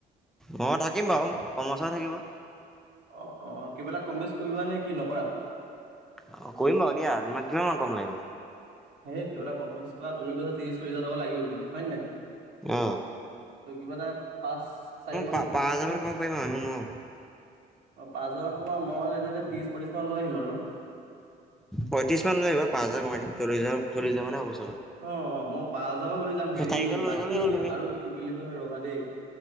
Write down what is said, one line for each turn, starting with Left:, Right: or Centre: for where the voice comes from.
Centre: মই থাকিম বাৰু কমাৰ্চ থাকিব।
Right: অ অ কিবা এটা কম বেচ কৰিবা নে কি নকৰা।
Centre: অ কৰিম বাৰু দিয়া তোমাক কিমান মান কম লাগিব?
Right: সেই কিবা এটা কম বেছ কৰা তুমি কৈচা ত্ৰিশ চলি হাজাৰ টকা লাগিব বুলি হয় নে নাই।
Centre: আহ
Right: তোৰ কিবা এটা পাঁচ চাৰি মান
Centre: পাঁচ
Right: এটা কম বেচ
Centre: হাজাৰমান
Right: কৰা।
Centre: কমাব পাৰিম আৰু ইমান নোৱাৰোঁ
Right: অ পাঁচ হাজাৰানকমাৰ মই মানে যে ত্ৰিশ পঁচ্ৰিছ মান লৈ আহিম আৰু
Centre: পঁয়ত্ৰিশ মান লৈ আহিবা পাঁচ হাজাৰ কমাই দিম চল্লিশ চল্লিশ হাজাৰ মানে হব চাগে।
Right: অ অ মই পাঁ হাজাৰ লৈ যাম হেৰি
Centre: থাকি গ'ল লৈ
Right: বাকী
Centre: গ'লেই হ'ল তুমি।
Right: আৰু কি বুলি কয় ৰবা দেই